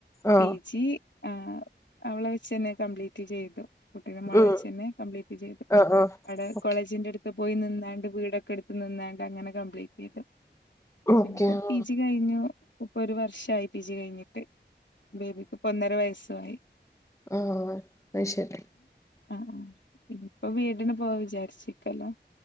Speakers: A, on the left; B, on the left.
A: ആഹ്
B: പി ജി ആഹ്ആ അവളെ വെച്ച്ന്നെ കംപ്ലീറ്റ് ചെയ്തു കുട്ടി നമ്മളെ
A: ഉം
B: വെുച്ചു തന്നെ കംപ്ലീറ്റ് ചെയ്തു
A: ആഹ് ആഹ്
B: അവിടെ
A: ഓക്കെ
B: കോളേജിന്റെ അടുത്ത് ത് പോയി നിന്നാണ്ട് വീടൊക്കെ എടുത്ത് നിന്നാണ്ട് അങ്ങനെ കംപ്ലീറ്റ് ചെയ്തു
A: ഓക്കെ
B: പിന്നെപ്പം
A: ആഹ്
B: പി ജി കഴിഞ്ഞു ഇപ്പൊരു വർഷായി പി ജി കഴിഞ്ഞിട്ട് ബേബിക്ക് ഇപ്പൊന്നര വയസ്സ് സായ്
A: ആഹ്ആ അത് ശെരി
B: ആഹ് ആണ് ഇനിയിപ്പോ വീടിന് പോവാ വിചാരിച്ചിക്കല്ലോ